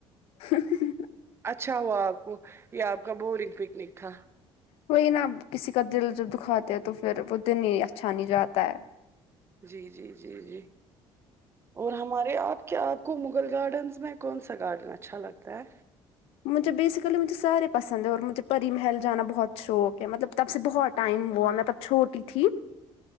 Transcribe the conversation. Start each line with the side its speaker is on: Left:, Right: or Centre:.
Left: <inaudible>
Right: اچھا ہوا آپ کو یہ آپ کا بورنگ پکنک تھا
Left: وہی نا کسی کا دل جب دکھاتے ہے تو پھر وہ دن ہی اچھا نہیں جاتا ہے
Right: جی جی جی جی اور ہمارے آپ کیا آپ کو مغل گارڈنز میں کون سا گارڈن اچھا لگتا ہے
Left: مجھے بیسکلی مجھے سارے پسند ہیں اور مجھے بیسیکلی مجھے سارے پسند ہے اور پری محل جانا بہت شوق ہے مطلب تب سے بہت ٹائم ہوا میں تب چھوٹی تھی